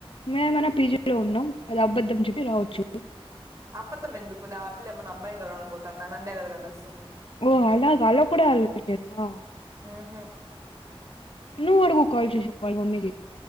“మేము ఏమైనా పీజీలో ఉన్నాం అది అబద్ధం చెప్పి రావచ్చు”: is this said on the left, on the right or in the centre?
Left